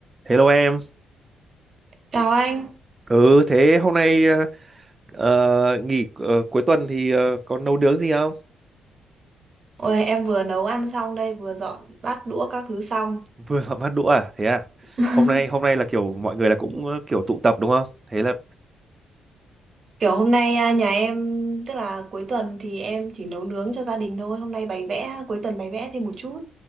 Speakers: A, on the right; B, on the right.
A: Hello em.
B: Chào anh,
A: Ừ, thế hôm nay ờ, ờ, nghỉ ờ, cuối tuần thì ờ, có nấu nướng gì không? <laughs>
B: Ôi, em vừa nấu ăn xong đây, vừa dọn bát đũa các thứ xong.
A: Vừa họp hát đũa à? Thế à?
B: <laughs>
A: Hôm nay hôm nay là kiểu mọi người là cũng ờ, kiểu tụ tập đúng không? Thế là
B: Kiểu hôm nay à, nhà em, tức là cuối tuần thì em chỉ nấu nướng cho gia đình thôi. Hôm nay bày vẽ, cuối tuần bày vẽ thêm một chút.